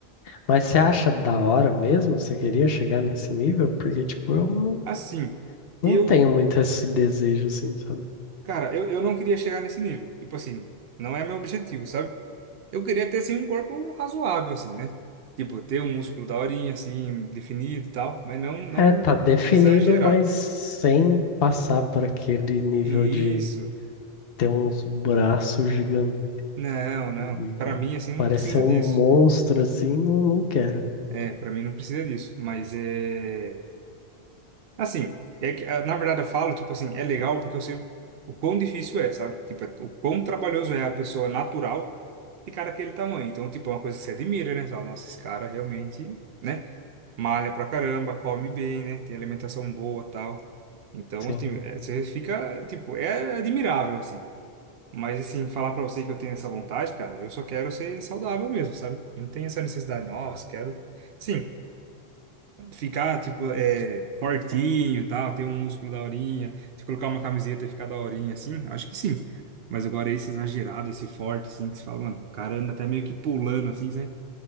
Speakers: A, on the left; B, on the right.
A: Mas você acha da hora mesmo? Você queria chegar nesse nível? Porque, tipo, eu não,
B: Assim,
A: não
B: eu,
A: tenho muito esse desejo, assim, sabe?
B: cara, eu, eu não queria chegar nesse nível. Tipo assim, não é meu objetivo, sabe? Eu queria ter, assim, um corpo razoável, assim, né? Tipo, ter um músculo da horinha, assim, definido e tal, mas não, não
A: É, tá definido,
B: exagerado.
A: mas sem passar para aquele nível
B: E
A: de
B: Isso.
A: ter uns braços gigantescos
B: Não, não.
A: e
B: Pra mim, assim, não
A: parecer
B: precisa
A: um
B: disso.
A: monstro, assim, não, não quero.
B: É, pra mim não precisa disso. Mas é... Assim, é que, ah, na verdade eu falo, tipo assim, é legal porque eu sei o quão difícil é, sabe? Tipo, é- o quão trabalhoso é a pessoa natural ficar daquele tamanho. Então, tipo, é uma coisa que você admira, né? Você fala, Nossa, esse cara realmente, né? Malha pra caramba, come bem, né? Tem alimentação boa, tal. Então,
A: Sim.
B: assim, é, você fica, tipo, é admirável, assim. Mas, assim, falar pra você que eu tenho essa vontade, cara, eu só quero ser saudável mesmo, sabe? Não tem essa necessidade, nossa, quero. Sim, ficar, tipo, é, fortinho e tal, ter um músculo da horinha, se colocar uma camiseta e ficar da horinha, assim, acho que sim. Mas agora esse exagerado, esse forte, assim, que você fala, mano, o cara anda até meio que pulando, assim, sabe?